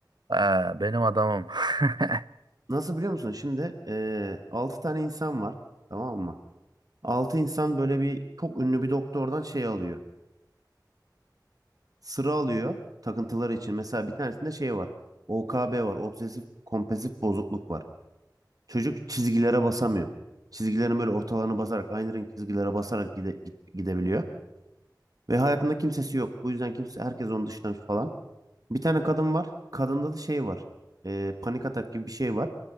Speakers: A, on the right; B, on the right.
A: Aa, benim adamım. <laughs>
B: Nasıl biliyor musun? Şimdi eee 6 tane insan var. Tamam mı? 6 insan böyle bir çok ünlü bir doktordan şey alıyor. Sıra alıyor takıntıları için. Mesela bir tanesinde şey var. OKB var. Obsesif kompulsif bozukluk var. Çocuk çizgilere basamıyor. Çizgilerin böyle ortalarını basarak aynı renk çizgilere basarak gide- git- gidebiliyor. Ve hayatında kimsesi yok. Bu yüzden kimse herkes onu dışlamış falan. Bir tane kadın var. Kadında da şey var. Eee, panik atak gibi bir şey var.